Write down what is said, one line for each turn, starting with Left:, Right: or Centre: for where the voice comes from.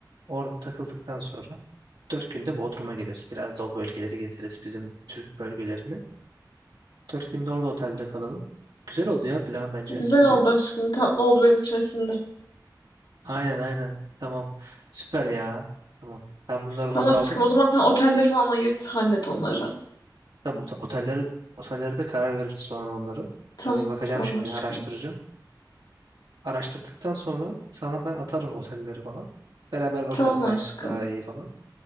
Right: Orada takıldıktan sonra 4 günde Bodrum'a geliriz. Biraz da o bölgeleri gezeriz. Bizim Türk bölgelerini. 4 günde orada otelde kalalım. Güzel oldu ya plan bence.
Left: Güzel
Right: Sence?
Left: oldu aşkım. Tatlı oldu benim içime sindi.
Right: Aynen aynen. Tamam. Süper ya. Tamam. Ben bunları
Left: Tamam
Right: not
Left: aşkım.
Right: aldım.
Left: O zaman sen otelleri falan ayırt hallet onları.
Right: Tamam ot- otelleri otellerde karar veririz sonra onları.
Left: Tamam.
Right: Ben bir bakacağım
Left: Tamam
Right: şimdi
Left: aşkım.
Right: araştıracağım. Araştırdıktan sonra sana ben atarım otelleri falan. Beraber bakarız
Left: Tamam
Right: hangisi
Left: aşkım.
Right: daha iyi falan.